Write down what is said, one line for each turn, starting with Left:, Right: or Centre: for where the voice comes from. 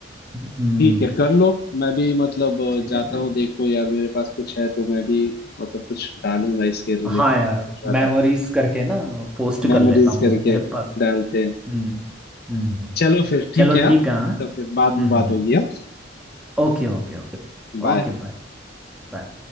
Centre: हम्म
Left: ठीक है कर लो मैं भी मतलब अ,
Centre: ठीक
Left: जाता
Centre: है
Left: हूँ देखो यार मेरे पास कुछ है तो मैं भी मतलब कुछ डालूंगा इसके रिलेटेड
Centre: हाँ यार
Left: सोच रहा
Centre: मेमोरीज
Left: था
Centre: करके ना पोस्ट
Left: मेमोरीज
Centre: कर लेता हूँ
Left: करके
Centre: मैं मेरे पास
Left: डालते हैं
Centre: हम्म हम्म हम्म।
Left: चलो फिर ठीक
Centre: चलो
Left: है हाँ?
Centre: ठीक है हाँ
Left: तो फिर बाद
Centre: हम्म
Left: में बात
Centre: हम्म हम्म।
Left: होगी हाँ
Centre: Okay okay okay
Left: बाय
Centre: Okay bye bye